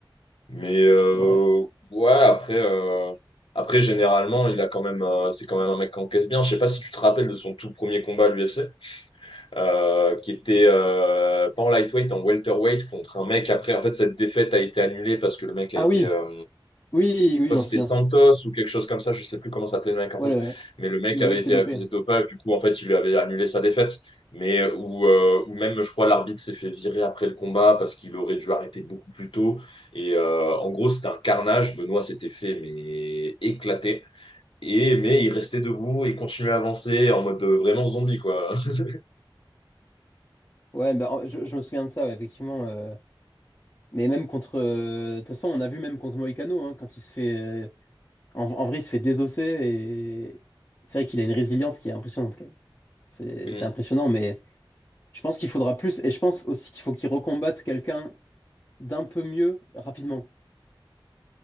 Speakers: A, on the left; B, on the left.
A: mais euh,
B: ouais.
A: ouais, après, euh, après, généralement, il a quand même, euh, c'est quand même un mec qui encaisse bien. Je sais pas si tu te rappelles de son tout premier combat à l'UFC, euh, qui était euh, pas en lightweight, en welterweight, contre un mec. Après, en fait, cette défaite a été annulée parce que le mec a
B: Ah
A: été.
B: oui,
A: euh,
B: oui, oui,
A: crois
B: je
A: que
B: m'en
A: c'était
B: souviens.
A: Santos ou quelque chose comme ça, je sais plus comment s'appelait le mec en
B: Ouais,
A: face,
B: le,
A: mais le mec
B: le
A: avait
B: mec
A: été
B: était dopé.
A: accusé de dopage, du coup en fait il lui avait annulé sa défaite, mais euh, ou euh, ou même je crois l'arbitre s'est fait virer après le combat parce qu'il aurait dû arrêter beaucoup plus tôt, et euh, en gros c'était un carnage, Benoît s'était fait mais éclater, et mais il restait debout et continuait à avancer en mode euh, vraiment zombie quoi. <laughs>
B: Ouais, bah, en- je, je me souviens de ça, ouais, effectivement. euh, mais même contre. euh, De toute façon, on a vu même contre Moïcano, hein, quand il se fait, euh, En, en vrai, il se fait désosser et c'est vrai qu'il a une résilience qui est impressionnante quand même. C'est
A: Mm.
B: c'est impressionnant, mais je pense qu'il faudra plus et je pense aussi qu'il faut qu'il recombatte quelqu'un d'un peu mieux rapidement